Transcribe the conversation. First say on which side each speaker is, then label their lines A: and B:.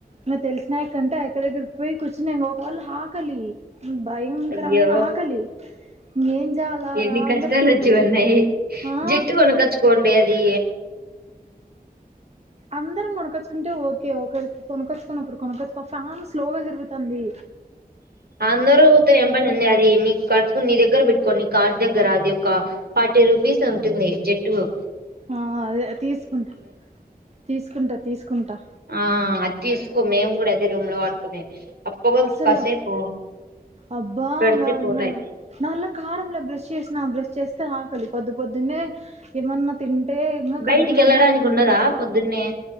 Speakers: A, on the right; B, on the right.
A: న తెలిసినా కంటే ఎక్కడి దగ్గరకి పోయి కూర్చుని ఇంక ఒకవళ్ళు ఆకలి భయంకరమైన
B: అయ్యో
A: ఆకలి ఇక ఏం చేలా
B: ఎన్ని
A: రాంగట్టి
B: కష్టాలు వచ్చి ఉన్నాయి
A: ఆ
B: జట్టు కొనకచ్చుకోండి అది
A: అందరం కొనక్కొచ్చుకుంటే ఓకే ఒకరికి కొనక్కొచ్చుకొని ఒకరు కొనక్కొచ్చు ఫ్యాన్ స్లోగా తిరుగుతాంది
B: అందరు ఏం ఉంది అది నీ కర్పు నీ దగ్గర పెట్టుకోని కార్ దగ్గర అది ఒక ఫార్టీ రూపీస్ ఉంటుంది జట్టుకు
A: హా అదే తీసుకుంట్ తీసుకుంటా తీసుకుంటా
B: ఆ అద్ తీసుకొ మేము కూడా అదె రూమ్ లో వాడుకునే అప్పగా
A: అసలు
B: కాసేపు
A: అబ్బా
B: పెడితే
A: అంగ
B: పోతాయి
A: నల్లకారంల బ్రెష్ చేసిన బ్రష్ చేెస్తే ఆకలి పొద్దు పొద్దున్నె ఏమన్న తి అంట్టే ఇకా
B: బయటికి
A: కడుపులో
B: వెళ్ళడానికి
A: ఇం తిపోతా
B: ఉండదా పొద్దున్నే